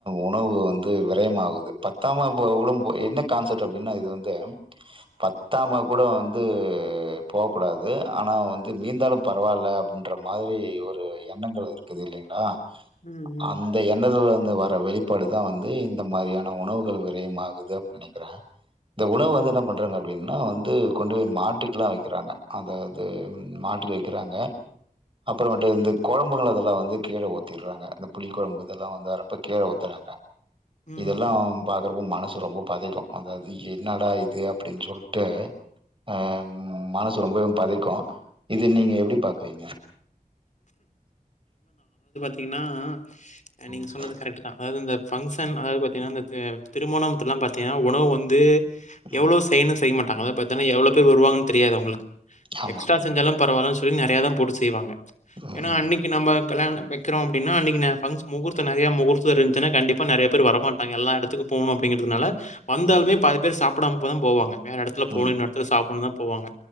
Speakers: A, on the right (about 35°); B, on the left (about 55°).
A: உணவு வந்து விரையமாவுது பத்தாமா போக கூடம் போ என்ன கான்செப்ட் அப்டின்னா இது வந்து பத்தாமா கூட வந்து போகக் கூடாது ஆனா வந்து மீந்தாலு பரவால்ல அப்டின்ற மாரி ஒரு எண்ணங்கள் இருக்குது இல்லைங்ளா
B: ம், ம்,
A: அந்த எண்ணத்துல வர வெளிப்பாடு தா வந்து இந்த மாரியான உணவுகள் விரயம் ஆகுது அப்டின் நெனைக்கிறே இந்த உணவு
B: ம்,
A: வந்து என்ன பண்றாங்க அப்டின்னு னா வந்து கொண்டு போய் மாட்டுக்லா வெக்கிறாங்க அதாவ்து மாட்டுக்கு வெக்கிறாங்க அப்பறமேட்டு இந்த கொழம்புங்கள் அதெல்லா வந்து கீழ ஊத்திர்றாங்க இந்த புளி கொழம்பு இதெல்லா வந்து வேர இப்ப கீழ ஊத்துறாங்க
B: ம், ம்.
A: இதெல்லாம் பாக் கறவும் மனசு ரொம்ப பதைக்கு அதாவ்து என்னடா இது அப்டின் சொல்ட்டு அஹ் மனசு ரொம்பவு பதைக்கு இத நீங்க எப்டி பாக்குறீங்க
B: டினா அஹ் நீங்க
A: ம்,
B: சொன்னது கரெக்ட்டு தா அதாவ்து இந்த ஃபங்க்ஷன் அதாவ்து பாத்தீங்னா அந்த திம் திருமணம்த்துலா பாத்திங்கனா உணவு வந்து
A: ம்,
B: எவ்ளோ செய்ணு செய் மாட் டாங்கவே பாத்தன எவ்ளோ பேர் வருவாங்கன் தெரியாது அவ்ங்களுக்கு
A: ஆமா.
B: எக்ஸ்ட்ரா செஞ்சாலும் பரவால்லன் சொல்லி நெறையா தா போட்டு செய்வாங்க
A: ம்,
B: ஏனா
A: ம்,
B: அன்னிக்கு நம்ப கல்யாணம் வெக்றோ அப்டின்னா அன்னிக்கு நா பங்ஸ் முகூர்த்த நறைய முகூர்த்தோ இருந்துச்ன்னா கண்டிப்பா நறையா பேர் வரமாட்டாங்க எல்லா எடத்துக்கு போணு அப்டிங்கறதுனால வந்தாலுமே
A: ம்,
B: பாதி பேர் சாப்டாம இப்போத போவாங்க வேற எடத்துல போணு
A: ம்,
B: இன்னோர் எடத்துல சாப்டணு தா போவாங்க